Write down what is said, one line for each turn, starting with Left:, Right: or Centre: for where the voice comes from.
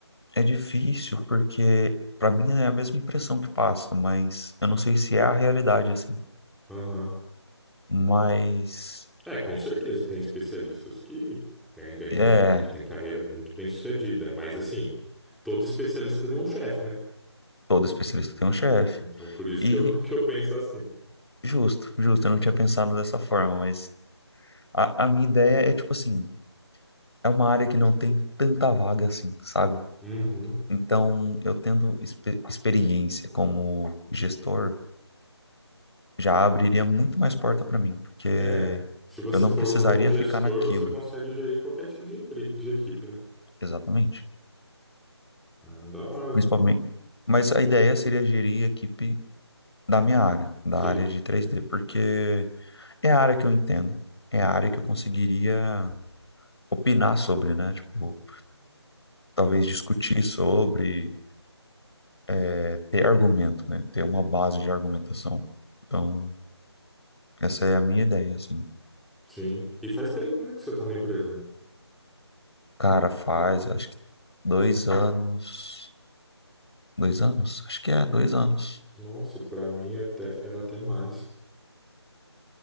Left: é difícil porque para mim é a mesma impressão que passa, mas eu não sei se é a realidade assim.
Centre: Aham.
Left: Mas
Centre: É, com certeza tem especialistas que, né, ganham
Left: é,
Centre: muito, que têm carreira muito bem-sucedida, mas assim, todo especialista tem um chefe, né?
Left: todo especialista tem um chefe.
Centre: Então por isso
Left: E
Centre: que eu, <laughs> que eu penso assim.
Left: justo, justo, eu não tinha pensado dessa forma, mas a, a minha ideia é tipo assim, é uma área que não tem tanta vaga assim, sabe?
Centre: Uhum.
Left: Então, eu tendo expe- experiência como gestor, já abriria muito mais porta para mim, porque
Centre: É, se você
Left: eu não
Centre: for
Left: precisaria
Centre: um bom gestor,
Left: ficar naquilo,
Centre: você consegue gerir qualquer tipo de, empre- de equipe, né?
Left: exatamente.
Centre: Ah, da hora.
Left: Principalmente. Mas a ideia seria gerir a equipe da minha área, da
Centre: Sim.
Left: área de 3D, porque é a área que eu entendo, é a área que eu conseguiria opinar sobre, né? Tipo, talvez discutir sobre, é, ter argumento, né? Ter uma base de argumentação. Então, essa é a minha ideia, assim.
Centre: Sim. E faz tempo, né, que você tá na empresa.
Left: Cara, faz, acho que dois anos. Dois anos? Acho que é, dois anos.
Centre: Nossa, pra mim até, era até mais.